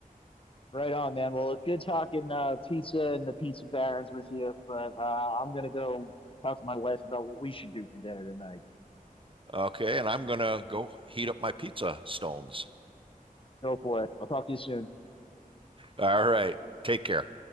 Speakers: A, on the left; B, on the right.
A: Right on, man. Well, it's good talking uh, pizza and the pizza barons with you, but uh, I'm gonna go talk to my wife about what we should do for dinner tonight.
B: Okay, and I'm gonna go heat up my pizza stones.
A: Go for it. I'll talk to you soon.
B: All right, take care.